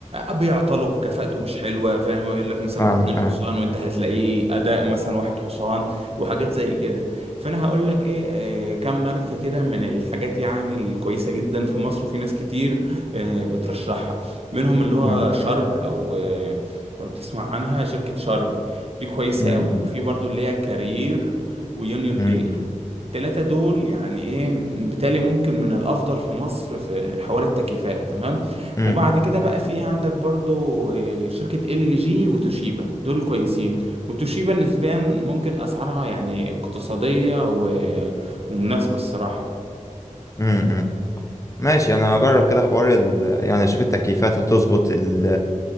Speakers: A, on the right; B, on the left.
A: بيعطلوا كفاءته مش حلوه فاهم يقول لك مثلا
B: فاهمك
A: باتنين
B: اه
A: حصان وانت هتلاقيه اداء مثلا واحد حصان وحاجات زي كده فانا هقول لك ايه آه، كم ماركه كده من الحاجات يعني الكويسه جدا في مصر وفي ناس كتير آه، بترشحها منهم اللي هو
B: أمم،
A: شرب لو آه، لو تسمع عنها شركه شرب دي كويسه
B: أمم،
A: قوي وفي برضو اللي هي كارير ويونيون
B: أمم،
A: اير التلاتة دول يعني ايه بالتالي ممكن من الافضل في مصر في حوار التكييفات تمام
B: أمم،
A: وبعد كده بقى في عندك برضو آه، شركة ال جي وتوشيبا دول كويسين وتوشيبا نسبيا ممكن أسعارها يعني اقتصادية و... ومناسبة الصراحة
B: أمم. ماشي انا هجرب كده حوار ال... يعني اشوف التكييفات هتظبط ال...